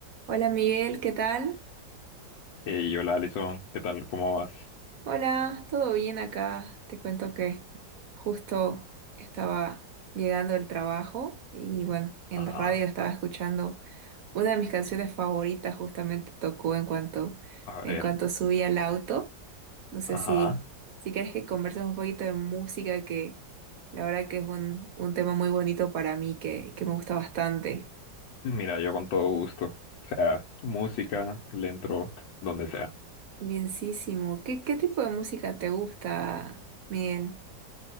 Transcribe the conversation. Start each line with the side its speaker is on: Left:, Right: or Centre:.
Right: Hola Miguel, ¿qué tal?
Left: Hey, hola Alison, ¿qué tal? ¿Cómo vas?
Right: Hola, ¿todo bien acá? Te cuento que justo estaba llegando del trabajo y bueno, en
Left: Ajá,
Right: la radio estaba escuchando una de mis canciones favoritas, justamente tocó en cuanto,
Left: a
Right: en
Left: ver,
Right: cuanto subí al auto. No sé
Left: ajá.
Right: si, si quieres que conversemos un poquito de música, que la verdad que es un, un tema muy bonito para mí, que, que me gusta bastante.
Left: Mira, yo con todo gusto. O sea, música, le entro donde sea.
Right: Bienísimo. ¿Qué, qué tipo de música te gusta, Miguel?